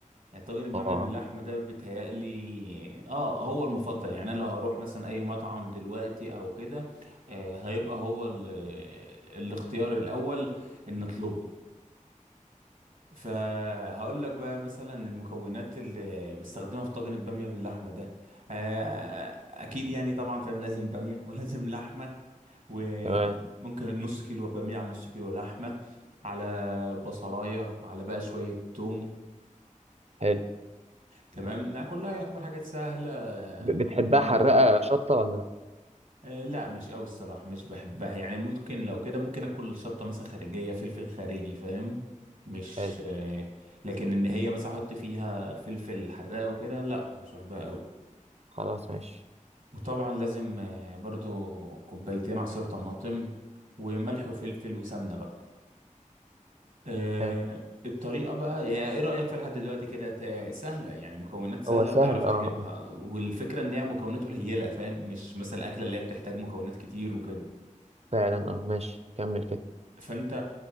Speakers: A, on the right; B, on the right.
A: يعني طاجن الباميه
B: اه
A: باللحمه ده بيتهيألي اه هو المفضل يعني انا لو هروح مثلا اي مطعم دلوقتي او كده آه، هيبقى هو ال- الاختيار الاول ان نطلبه فهقول لك بقى مثلا المكونات اللي بستخدمها في طاجن الباميه باللحمه ده آه، اكيد يعني طبعا فاهم لازم باميه <laughs> ولازم لحمه وممكن
B: تمام
A: نص كيلو بامية على نص كيلو لحمة على بصلاية على بقى شوية توم
B: حلو
A: تمام إنها كلها يعتبر حاجات سهلة آه،
B: ب- بتحبها
A: قد موجودة
B: حرقة شطة ولا لأ
A: آه، لا مش قوي الصراحة مش بحبها يعني ممكن لو كده ممكن اكل شطة مثلا خارجية فلفل خارجي فاهم مش
B: حلو
A: آه، لكن ان هي مثلا احط فيها فلفل حراق وكده لا مش بحبها قوي
B: خلاص ماشي
A: وطبعا لازم آه، برضو كوبايتين عصير طماطم وملح وفلفل وسمنة بقى آه،
B: حلو
A: الطريقة بقى يعني ايه رأيك فيها لحد دلوقتي كده تا- سهلة يعني مكونات سهلة
B: هو سهل
A: وتعرف
B: أه
A: تجيبها
B: أه
A: والفكرة ان هي مكونات قليلة فاهم مش مثلا الأكلة اللي هي بتحتاج مكونات كتير وكده
B: فعلا أه ماشي كمل كده
A: فانت